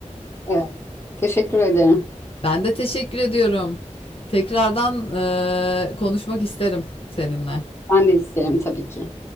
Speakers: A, on the left; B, on the left.
A: evet. Teşekkür ederim.
B: Ben de teşekkür ediyorum. Tekrardan eee, konuşmak isterim seninle.
A: Ben de isterim tabii ki.